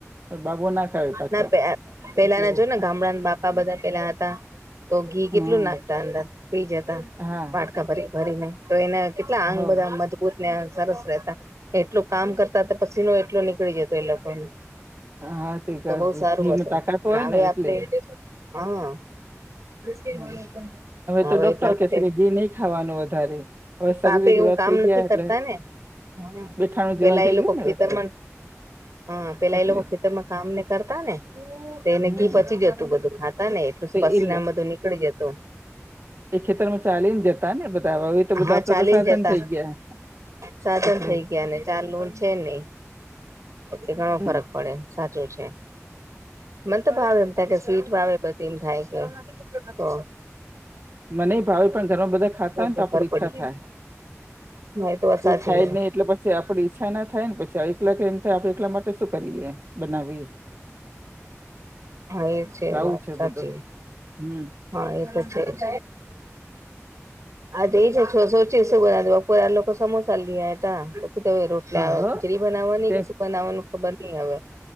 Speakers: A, on the right; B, on the right.
A: બાબુ ના ખાય પાછો
B: ના પે અહ પેલા
A: એટલે
B: ના
A: એવું
B: જોને ગામડાના બાપા બધા હતા તો ઘી
A: હમ
B: કેટલું નાખતા અંદર પી જાતા
A: હા
B: વાટકા ભરી ભરીને તો એને કેટલા અંગ
A: હવ
B: બધા મજ ને સરસ રહેતા એટલું કામ કરતા હતા પસીનો એટલો નીકળી જતો એ લોકોને.
A: હા તે ક
B: તો બહુ સારું
A: ઘીમાં
B: હતું
A: તાકાત
B: ને
A: હોય
B: હવે આપણે
A: એટલે
B: હા તે
A: હ
B: મને પણ
A: તો
B: હવે
A: ડોક્ટર
B: એટલા માટે
A: કેશે કે ઘી નહી ખાવાનું વધારે હવે શરીર
B: આપડે એવું
A: જેવા
B: કામ
A: થઈ
B: નથી
A: ગયા એટલે
B: કરતા ને. હા
A: બેઠાણું
B: પેલા
A: જીવન થઈ
B: એ લોકો
A: ગયું ને
B: ખેતરમાં
A: એટલે
B: હા પેલા
A: એટલે
B: એ લોકો ખેતરમાં કામ ને કરતા ને એને
A: હમ
B: ઘી પચી જતું બધું ખાત ને એટલું
A: તે
B: સુભાસીના
A: એ
B: બધુ નીકળી જતું
A: એ ખેતર માં ચાલી ને જતા ને બધા હ એ તો બધા
B: હા
A: આપડા
B: ચાલીને
A: તો સાધન
B: જતા
A: થઈ ગયા.
B: સાધન
A: એટલે
B: થઈ ગયા ને ચાલવું છે નહી પછી ઘણો
A: હમ
B: ફરક પડે. સાચું છે મને તો ભાવ એમ થાય કે સ્વીટ વાવે બધી એમ થાય કે હા તો
A: મને ભાવે પણ ઘરમાં બધા ખાતા
B: બોલું
A: હોયને તો આપડી
B: ખર પડી
A: ઈચ્છા થાય.
B: હા એ તો વાત
A: કોઈ
B: સાચી
A: ખાઈ જ નહી એટલે જે આપડે ઈચ્છા ના થાય ને પછી એકલા કે એમ થાય આપડે એકલા માટે શું કરીએ. બનાવી
B: હા એ
A: લાવું
B: વાત
A: છે
B: સાચી
A: બધું હમ્મ.
B: હા એ તો છેજ. આ એ જ છ સોચીશું બ બપોરા લોકો સમોસા લ હતા. રોટલી
A: હ હ
B: ખીચડી કે બનાવવાનું
A: કઈ
B: ખબર નહી હવે